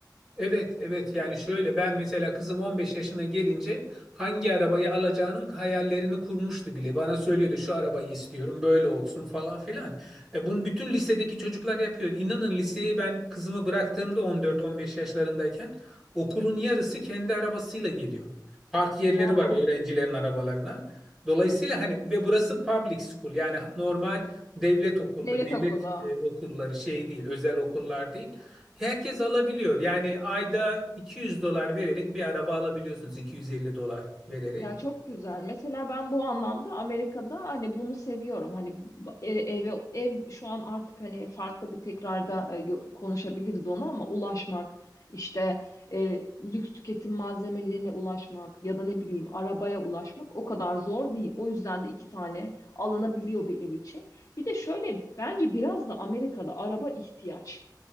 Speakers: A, in the centre; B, on the left.
A: Evet, evet. Yani şöyle ben mesela kızım 15 yaşına gelince hangi arabayı alacağının hayallerini kurmuştu bile. Bana söylüyordu şu arabayı istiyorum, böyle olsun falan filan. E, bunu bütün lisedeki çocuklar yapıyor. İnanın liseyi ben kızımı bıraktığımda 14-15 yaşlarındayken okulun yarısı kendi arabasıyla geliyor. Park yerleri
B: Aa,
A: var öğrencilerin arabalarına. Dolayısıyla hani ve burası public school yani normal devlet okulu,
B: devlet
A: devlet
B: okulu.
A: e, okulları şey değil, özel okullar değil. Herkes alabiliyor. Yani ayda 200 dolar vererek bir araba alabiliyorsunuz. 250 dolar vererek.
B: Ya çok güzel. Mesela ben bu anlamda Amerika'da hani bunu seviyorum. Hani e- eve ev şu an artık hani farklı bir tekrarda e, yo- konuşabiliriz onu ama ulaşmak işte e, lüks tüketim malzemelerine ulaşmak ya da ne bileyim arabaya ulaşmak o kadar zor değil. O yüzden de iki tane alınabiliyor bir ev için. Bir de şöyle bence biraz da Amerika'da araba ihtiyaç.